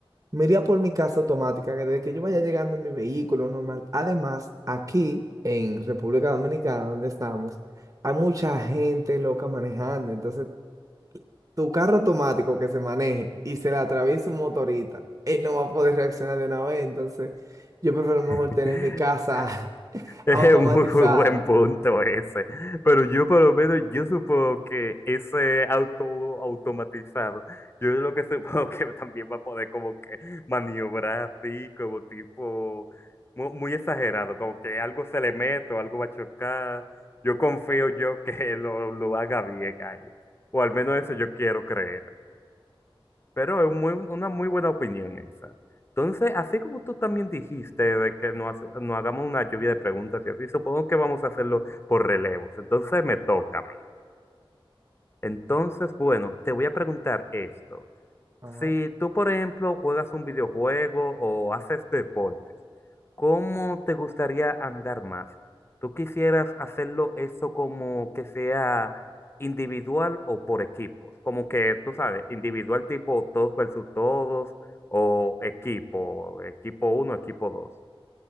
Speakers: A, on the right; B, on the left.
A: me iría por mi casa automática, que desde que yo vaya llegando en mi vehículo normal. Además, aquí en República Dominicana, donde estamos, hay mucha gente loca manejando. Entonces tu carro automático que se maneje y se le atraviesa un motorista, él no va a poder reaccionar de una vez. Entonces, yo prefiero mejor
B: <laughs>
A: tener mi casa <laughs>
B: Es
A: automatizada.
B: un muy, muy buen punto ese. Pero yo por lo menos, yo supongo que ese auto automatizado, yo lo que <laughs> supongo que también va a poder como que maniobrar así, como tipo, mu- muy, exagerado, como que algo se le mete o algo va a chocar. Yo confío yo que <laughs> lo, lo haga bien ahí. O al menos eso yo quiero creer. Pero es muy- una muy buena opinión esa. Entonces, así como tú también dijiste de que nos, nos hagamos una lluvia de preguntas y así, supongo que vamos a hacerlo por relevos. Entonces, me toca a mí. Entonces, bueno, te voy a preguntar esto.
A: Ajá.
B: Si tú, por ejemplo, juegas un videojuego o haces deportes, ¿cómo te gustaría andar más? ¿Tú quisieras hacerlo eso como que sea individual o por equipos? Como que, tú sabes, individual tipo todos versus todos o equipo, equipo uno, equipo dos.